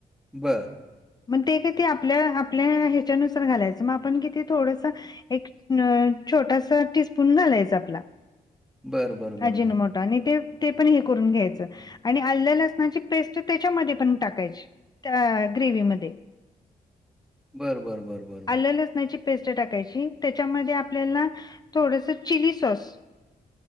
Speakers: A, in the centre; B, on the left.
A: बरं.
B: मंग ते कां ते आपल्यां आपल्यां ह्यांच्यानुसांर घालायचं मंग आपणं किती थोडंसं एक छोटांसा टीस्पूंन घालायंचा आपलां
A: बरं, बरं, बरं,
B: अजीनो
A: बरं.
B: मोटो आणि ते ते पणं करूंन घ्यायचं आणि आल्यां लसणांची पेस्ट त्यांच्यामध्ये पणं टाकायची त्यां ग्रेव्ही मध्यें
A: बरं, बरं, बरं, बरं, बरं.
B: आलं लसणांची पेस्ट टाकांयची त्यांच्यामध्ये आपल्यांला थोडंसं चिली सॉस